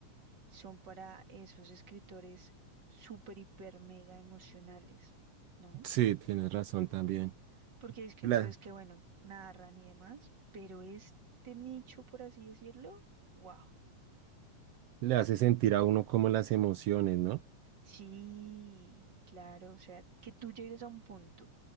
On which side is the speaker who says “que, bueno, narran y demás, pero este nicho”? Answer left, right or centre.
Right